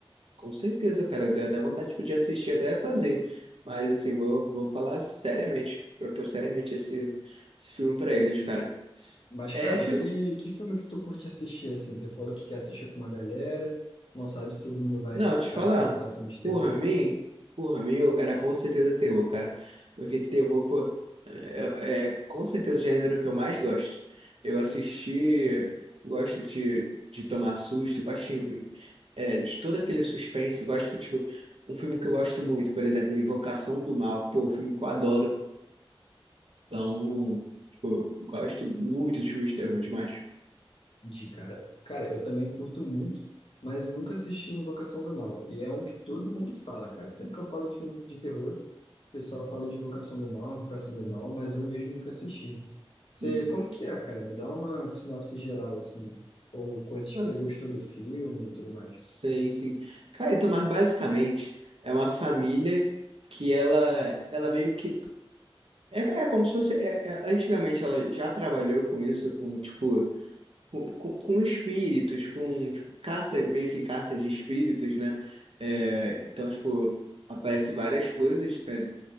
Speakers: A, on the right; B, on the left.
A: com certeza, cara, deu até vontade, tipo, de assistir até sozinho. Mas assim, vou, vou falar seriamente, propor seriamente esse, esse filme pra eles, cara.
B: Mas,
A: É,
B: cara,
A: fi-
B: que, que filme que tu curte assistir, assim? Você falou que quer assistir com uma galera, não sabe se todo mundo vai
A: Não, te
B: aceitar
A: falar,
B: filme de terror.
A: por mim, por mim eu- era com certeza terror, cara. Porque terror, pô, é, é com certeza o gênero que eu mais gosto. Eu assisti, gosto de, de tomar susto, gosto de, é, de todo aquele suspense, gosto, de tipo, um filme que eu gosto muito, por exemplo, Invocação do Mal, pô, um filme que eu adoro. Então, tipo, gosto muito de filmes de terror demais.
B: De cara. Cara, eu também curto muito, mas eu nunca assisti Invocação do Mal. E é um que todo mundo fala, cara. Sempre que eu falo de filme de terror, o pessoal fala de Invocação do Mal, Invocação do Mal, mas eu mesmo nunca assisti. Você,
A: Uhum.
B: como que é, cara? Me dá uma sinopse geral, assim. Ou coisas
A: Não,
B: que você gostou do filme e tudo mais.
A: Sim, sim. Cara, então, mas basicamente é uma família que ela, ela meio que. É, é como se fosse. é- é- antigamente ela já trabalhou com isso, com, tipo, com, com, com espíritos, com caça, meio que caça de espíritos, né? É, então, tipo, aparece várias coisas, né,